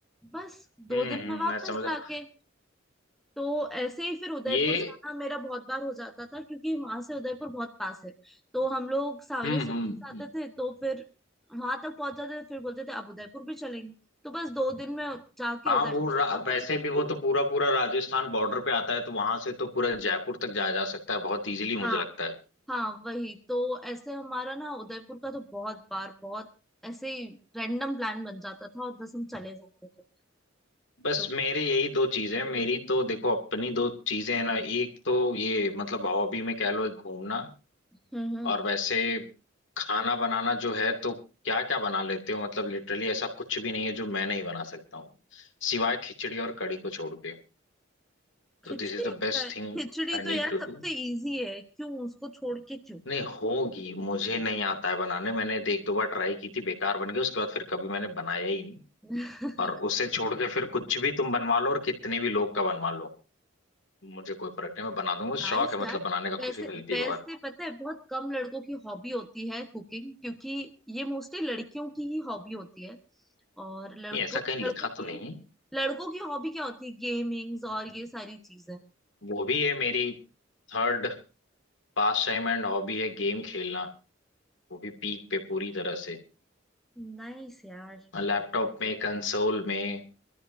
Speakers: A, in the centre; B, on the left.
A: बस दो
B: हम्म
A: दिन
B: हम्म
A: में वापस
B: मैं समझ रहा
A: जाके
B: हूँ।
A: तो ऐसे ही फिर उदयपुर
B: ये
A: जाना मेरा बहुत बार हो जाता था क्योंकि वहां से उदयपुर बहुत पास है तो हम लोग सांवरिया
B: हम्म
A: स्वीट
B: हम्म,
A: से
B: हम्म।
A: आते थे तो फिर वहां तक पहुंच जाते थे फिर बोलते थे अब उदयपुर भी चलेंगे तो बस दो दिन में जाके
B: हाँ
A: उदयपुर
B: वो
A: से
B: रा,
A: वापस
B: वैसे भी वो तो पूरा पूरा राजस्थान बॉर्डर पे आता है तो वहां से तो पूरा जयपुर तक जाया जा सकता है बहुत इजीली मुझे
A: हाँ
B: लगता है
A: हाँ वही तो ऐसे हमारा ना उदयपुर का तो बहुत बार बहुत ऐसे ही रैंडम प्लान बन जाता था और बस हम चले जाते थे
B: बस
A: तो
B: मेरे यही दो चीजें हैं मेरी तो
A: हम्म
B: देखो अपनी दो चीजें हैं ना एक तो ये मतलब हॉबी में कह लो घूमना
A: हम्म हम्म।
B: और वैसे खाना बनाना जो है तो क्या क्या बना लेते हो मतलब लिटरली ऐसा कुछ भी नहीं है जो मैं नहीं बना सकता हूँ सिवाय खिचड़ी और कढ़ी को छोड़ के
A: खिचड़ी
B: तो this is
A: और
B: the best
A: पैर-
B: thing
A: खिचड़ी
B: I
A: तो यार
B: need to
A: सबसे
B: do
A: इजी है क्यों उसको छोड़ के क्यों
B: नहीं होगी मुझे नहीं आता है बनाने मैंने एक दो बार ट्राई की थी बेकार बन गई उसके बाद फिर कभी मैंने बनाया ही नहीं
A: <laughs>
B: और उसे छोड़ के फिर कुछ भी तुम बनवा लो और कितने भी लोग का बनवा लो मुझे कोई फर्क नहीं मैं बना दूंगा
A: नाइस
B: शौक है मतलब
A: यार
B: बनाने का
A: वैसे
B: खुशी मिलती
A: वैसे
B: है बहुत
A: पता है बहुत कम लड़कों की हॉबी होती है कुकिंग क्योंकि ये मोस्टली लड़कियों की ही हॉबी होती है और लड़कों
B: नहीं ऐसा कहीं लिखा
A: लड़कों की
B: तो नहीं है
A: लड़कों की हॉबी क्या होती है गेमिंग्स और ये सारी चीजें
B: वो भी है मेरी third pastime and hobby है गेम खेलना वो भी पीक पे पूरी तरह से
A: नाइस यार
B: लैपटॉप में कंसोल में